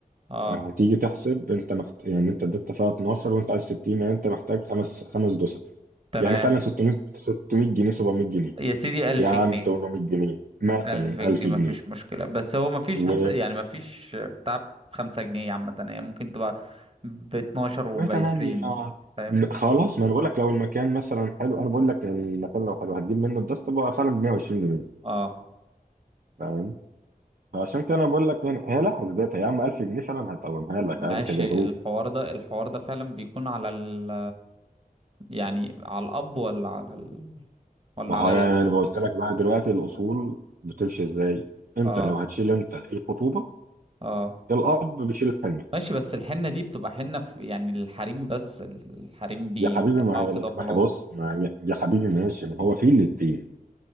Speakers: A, on the right; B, on the right.
A: اه
B: هتيجي تحسب انت محت... يعني انت اديت فيها 12 وانت عايز 60 يعني انت محتاج خمس خمس دوسر
A: تمام
B: يعني فعلا 600 600 جنيه 700 جنيه
A: يا سيدي ألف
B: يا عم
A: جنيه
B: 800 جنيه مثلا
A: ألف جنيه
B: 1000
A: مفيش
B: جنيه
A: مشكلة بس هو مفيش
B: و
A: ده س- يعني مفيش بتاع بخمسة جنيه عامة يعني ممكن تبقى باتناشر وبعشرين
B: وتمانية
A: فاهم
B: م- خلاص ما انا بقول لك لو المكان مثلا حلو انا بقول لك يعني المكان لو حلو هتجيب منه الدست بقى فعلا ب 120 جنيه
A: اه
B: فاهم فعشان كده انا بقول لك يعني هي لها حسبتها يا عم 1000 جنيه فعلا هتقومها لك
A: طب ماشي
B: عادي كده
A: الحوار ده الحوار ده فعلا بيكون على ال يعني على الاب ولا على ال ولا
B: ما
A: عليا
B: هو يعني
A: أنا؟
B: انا قلت لك بقى دلوقتي الاصول بتمشي ازاي امتى
A: اه
B: لو هتشيل انت الخطوبه
A: اه
B: الاب بيشيل الحمل
A: ماشي بس الحنة دي بتبقى حنة في يعني الحريم بس الحريم بيجمعوا
B: يا حبيبي ما هي
A: كده خلاص
B: ما هي بص ما هي يا حبيبي ماشي ما هو في الاتنين